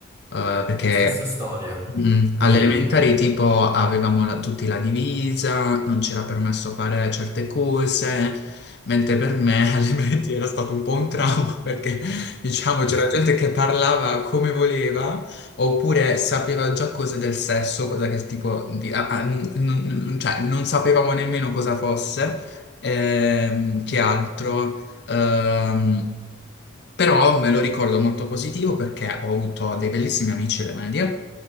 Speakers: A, on the left; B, on the right.
A: eh, perché
B: Stessa storia,
A: Mm,
B: identica.
A: Alle elementari tipo avevamo la- tutti la divisa, non c'era permesso fare certe cose, mentre per me <laughs> alle medie era stato un po' un trauma perché diciamo
B: <laughs>
A: c'era gente che parlava come voleva oppure sapeva già cose del sesso, cosa che tipo di- a- a- n- n- cioè, non sapevamo nemmeno cosa fosse, ehm, che altro. Ehm, però me lo ricordo molto positivo perché ho avuto dei bellissimi amici alle medie.